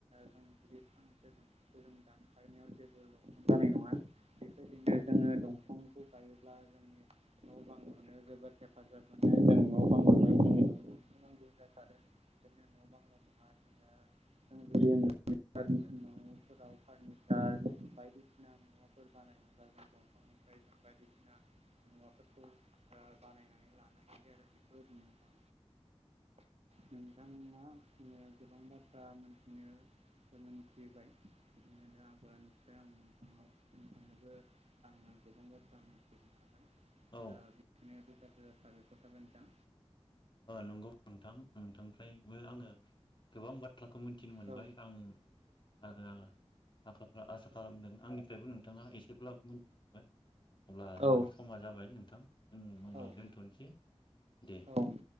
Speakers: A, on the right; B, on the left.
A: जों जुदि फांसे दंफांखौ जों दानफायनायाव जेबो लकसान जानाय नङा बेबायदिनो जोंङो दंफांखौ गायोब्ला जोंनि न' बां लुनो जोबोद हेफाजाब मोनो जों न' बां लुनो जोंनि दंफांखो नांगौ जाथारो बिदिनो न' बांल' नङा जोंङो जों न'फोराव फारनिसार बायदिसिना मुवाफोर बानायनोब्ला जों दंफांनिफ्राय जों बायदिसिना मुवाफोरखौ ओ बानायनानै लानो हायो आरो बेफोरबायदिनो नोंथांङा गोबां बाथ्रा मोनथिनो मोन <inaudible> <inaudible> नोंथांनोबो आंङो गोबां बाथ्रा मिथिनो हाबाय।
B: औ
A: ओ बिदिनो बे बाथ रोजा साबायखर थाबाय नोंथां।
B: नंगौ नोंथां नोंथांनिफ्रायबो आङो गोबां बाथ बाथ्राखौ मिथिनो मोनबाय
A: औ
B: आं आरो आखा आसा खालामदों आंनि आंनिफ्रायबो नोंथाङा एसेब्लाबो मिथि मोनबाय। अब्ला
A: औ
B: जोंहा समा जाबाय नों थां। जों अब्ला
A: औ
B: दोनथ'नोसै दे।
A: औ